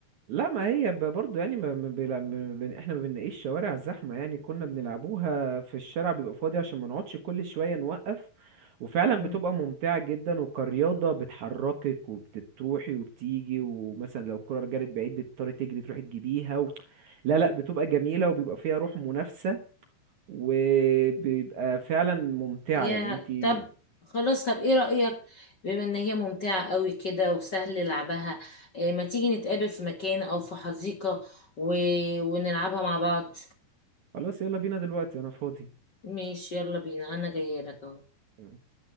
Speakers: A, on the right; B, on the left.
A: لا ما هي ب- برضو يعني ما ما بيلا- ما بن- احنا ما بنلاقيش شوارع زحمة يعني كنا بنلعبوها في الشارع بيبقى فاضي عشان ما نقعدش كل شوية نوقف وفعلا
B: مم.
A: بتبقى ممتعة جدا وكرياضة بتحركك وبتروحي وبتيجي ومثلا لو الكرة رجعت بعيد بتضطري تجري تروحي تجيبيها و... لا لا بتبقى جميلة وبيبقى فيها روح منافسة وبيبقى فعلا ممتعة
B: فيها
A: يعني انتي
B: طب خلاص طب ايه رأيك بما ان هي ممتعة قوي كده وسهل لعبها إيه ما تيجي نتقابل في مكان او في حديقة و... ونلعبها مع بعض
A: خلاص يلا بينا دلوقتي انا فاضي
B: ماشي يلا بينا انا جاية لك اهو
A: <laughs>